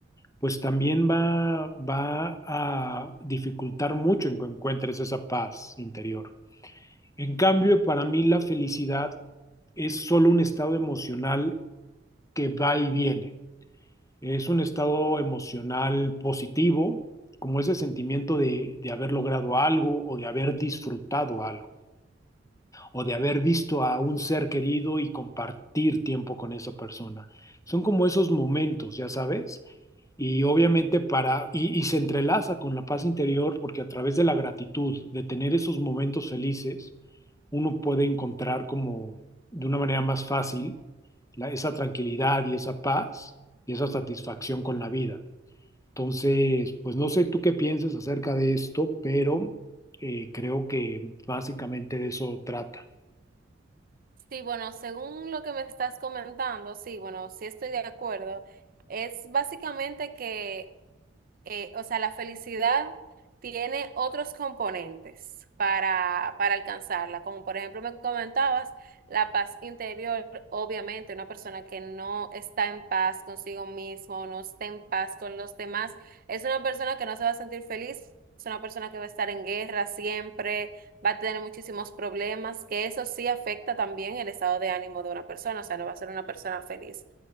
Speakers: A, on the left; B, on the right.
A: pues también va, va a dificultar mucho en que encuentres esa paz interior. En cambio, para mí la felicidad es solo un estado emocional que va y viene. Es un estado emocional positivo, como ese sentimiento de, de haber logrado algo o de haber disfrutado algo o de haber visto a un ser querido y compartir tiempo con esa persona. Son como esos momentos, ya sabes, y obviamente para, y, y se entrelaza con la paz interior porque a través de la gratitud, de tener esos momentos felices, uno puede encontrar como de una manera más fácil la- esa tranquilidad y esa paz y esa satisfacción con la vida. Entonces, pues no sé tú qué pienses acerca de esto, pero eh, creo que básicamente de eso trata.
B: Sí, bueno, según lo que me estás comentando, sí, bueno, sí estoy de acuerdo. Es básicamente que eh, o sea, la felicidad tiene otros componentes para, para alcanzarla, como por ejemplo me comentabas, la paz interior, obviamente una persona que no está en paz consigo mismo, no está en paz con los demás, es una persona que no se va a sentir feliz. Es una persona que va a estar en guerra siempre, va a tener muchísimos problemas, que eso sí afecta también el estado de ánimo de una persona, o sea, no va a ser una persona feliz.